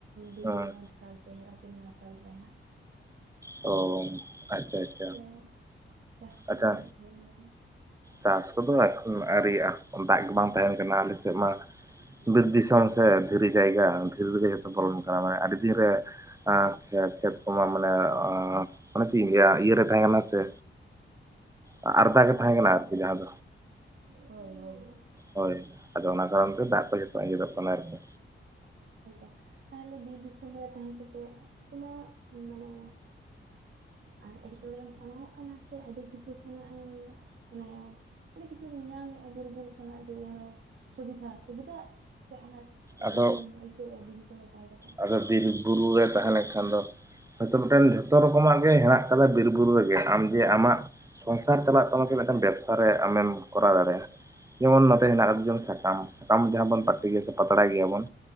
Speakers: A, on the right; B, on the right.
A: ᱰᱤᱵᱟᱹ
B: ᱦᱮᱸ
A: ᱢᱟᱨᱥᱟᱞ ᱥᱮ ᱦᱮᱨᱟᱠᱤᱱ ᱢᱟᱨᱥᱟᱞ ᱨᱮ ᱦᱟᱸᱜ᱾
B: ᱚ ᱟᱪᱪᱷᱟ ᱟᱪᱪᱷᱟ᱾
A: ᱛᱟᱦᱚᱞᱮ ᱪᱟᱥ ᱠᱚᱫᱚ
B: ᱟᱪᱪᱷᱟ
A: ᱛᱤᱱᱟᱹᱜ ᱡᱷᱟᱹᱞ ᱨᱮ?
B: ᱪᱟᱥ ᱠᱚᱫᱚ ᱮᱠᱷᱟᱱ ᱟᱹᱤᱭᱟᱜ-ᱟ ᱫᱟᱜ ᱜᱮ ᱵᱟᱝ ᱛᱟᱦᱮᱱ ᱠᱟᱱᱟ ᱟᱞᱮ ᱥᱮᱫ ᱢᱟ᱾ ᱵᱤᱨ ᱫᱤᱥᱚᱢ ᱥᱮ ᱫᱷᱤᱨᱤ ᱡᱟᱭᱜᱟ, ᱫᱷᱤᱨᱤ ᱨᱮᱜᱮ ᱡᱷᱚᱛᱚ ᱵᱚᱞᱚᱱ ᱠᱟᱱᱟ। ᱢᱟᱱᱮ ᱟᱹᱰᱤ ᱫᱤᱱ ᱨᱮ ᱟᱪᱪᱷᱟ ᱠᱷᱮᱛ ᱠᱚᱢᱟ ᱢᱟᱱᱮ ᱟᱸᱻ ᱢᱟᱱᱮ ᱪᱮᱫ ᱤᱧ ᱞᱟᱹᱭᱟ᱾ ᱤᱭᱟᱹ ᱨᱮ ᱛᱟᱦᱮᱸ ᱠᱟᱱᱟ ᱥᱮ? ᱟᱨᱫᱟ ᱜᱮ
A: ᱨᱚᱦᱚᱲ
B: ᱛᱟᱦᱮᱸ ᱠᱟᱱᱟ
A: ᱨᱮ,
B: ᱟᱨᱠᱤ ᱡᱟᱦᱟᱸ ᱫᱚ
A: ᱦᱳᱭ ᱦᱳᱭ।
B: ᱦᱳᱭ, ᱟᱫᱚ ᱚᱱᱟ ᱠᱟᱨᱚᱱ
A: ᱛᱟᱦᱞᱮ
B: ᱛᱮ ᱫᱟᱜ ᱠᱚ ᱡᱷᱚᱛᱚ ᱟᱸᱡᱮᱫᱚᱜ ᱠᱟᱱᱟ ᱟᱨᱠᱤ।
A: ᱦᱳᱭᱛᱚ, ᱛᱟᱦᱟᱞᱮ ᱵᱤᱨ ᱫᱤᱥᱚᱢ ᱨᱮ ᱛᱟᱦᱮᱸ ᱠᱟᱛᱮᱜ ᱛᱤᱱᱟᱹᱜ ᱢᱟᱱᱮ ᱟᱨ ᱮᱴᱠᱮᱴᱚᱬᱮᱢ ᱥᱟᱢᱟᱝ ᱚᱜ ᱠᱟᱱᱟ, ᱥᱮ ᱟᱹᱰᱤ ᱠᱤᱪᱷᱩ ᱠᱷᱚᱱᱟᱜ ᱮᱢ ᱢᱟᱱᱮ ᱟᱹᱰᱤ ᱠᱤᱪᱷᱩᱢ ᱧᱟᱢᱮᱟ ᱵᱤᱨ ᱵᱩᱨᱩ ᱠᱷᱚᱱᱟᱜ। ᱡᱮ ᱮᱱᱨᱮᱦᱚᱸ ᱥᱩᱵᱤᱫᱷᱟ। ᱥᱩᱵᱤᱫᱷᱟ ᱥᱮ ᱟᱱᱟᱡ? ᱮᱴᱠᱮᱴᱚᱦᱮᱢ
B: ᱟᱫᱚ
A: ᱟᱹᱭᱠᱟᱹᱣᱮᱜ-ᱟ ᱵᱤᱨ ᱫᱤᱥᱚᱢ ᱨᱮ ᱛᱟᱦᱮᱸ ᱠᱟᱛᱮᱜ।
B: ᱟᱫᱚ ᱵᱤᱨ ᱵᱩᱨᱩ ᱨᱮ ᱛᱟᱦᱮᱸ ᱞᱮᱠᱷᱟᱱ ᱫᱚ ᱦᱳᱭᱛᱚ ᱢᱤᱫᱴᱮᱱ ᱡᱷᱚᱛᱚ ᱨᱚᱠᱚᱢᱟᱜ ᱜᱮ ᱦᱮᱱᱟᱜ ᱟᱠᱟᱫᱟ ᱵᱤᱨ ᱵᱩᱨᱩ ᱨᱮᱜᱮ। ᱟᱢ ᱡᱮ ᱟᱢᱟᱜ ᱥᱚᱝᱥᱟᱨ ᱪᱟᱞᱟᱜ ᱛᱟᱢᱟ, ᱥᱮ ᱢᱤᱫᱴᱟᱱ ᱵᱮᱵᱽᱥᱟᱨᱮ ᱟᱢᱮᱢ ᱠᱚᱨᱟᱣ ᱫᱟᱲᱮᱭᱟᱜ-ᱟ। ᱡᱮᱢᱚᱱ ᱱᱚᱛᱮ ᱦᱮᱱᱟᱜ-ᱟ ᱥᱟᱨᱡᱚᱢ ᱥᱟᱠᱟᱢ᱾ ᱥᱟᱠᱟᱢ ᱡᱟᱦᱟᱸ ᱵᱚᱱ ᱯᱟᱹᱴᱤ ᱜᱮᱭᱟ ᱯᱟᱛᱲᱟᱭ ᱜᱮᱭᱟᱭᱵᱚᱱ।